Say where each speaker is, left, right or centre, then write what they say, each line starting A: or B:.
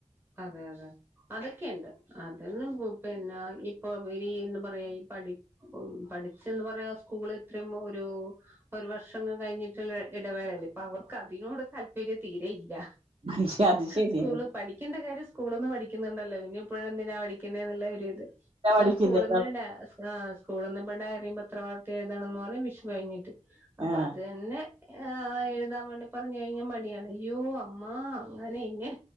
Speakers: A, on the right (about 20°); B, on the right (about 50°).
A: അതെ അതെ അതൊക്കെയുണ്ട് അതെല്ലം പു പെന്നെ ഇപ്പൊ ഇനി എന്താ പറയാ ഈ പഠി പഠിച്ച് എന്ത് പറയാ? സ്കൂള് ഇത്രയും ഒരു ഒരു വർഷം കഴിഞ്ഞിട്ടുള്ള ഇടവേളയല്ലേ ഇപ്പൊ അവർക്ക് അതിനോട് താല്പര്യം തീരെയില്ല.
B: ഐശേ അത് ശരിയാണ്
A: സ്കൂള് പഠിക്കേണ്ട കാര്യം സ്കൂളിന്നും പഠിക്കുന്നുണ്ടല്ലോ പിന്നെ ഇപ്പോഴെന്തിനാ പഠിക്ക <unintelligible> ഇത്
B: പഠിക്കുന്നേ
A: ഇപ്പം സ്കൂളിന്ന് ഡാം ആ സ്കൂളിന്ന് ഇപ്പം ഡയറി പത്രവാർത്ത എഴുതണെന്ന് പറയു. വിഷു കഴിഞ്ഞിട്ട് അപ്പൊ
B: ആഹ്
A: അത് തന്നെ ആ എഴുതാൻ വേണ്ടി പറഞ്ഞ കഴിഞ്ഞ മടിയാണ്യ്യോ ആ അങ്ങനെ ഇങ്ങെ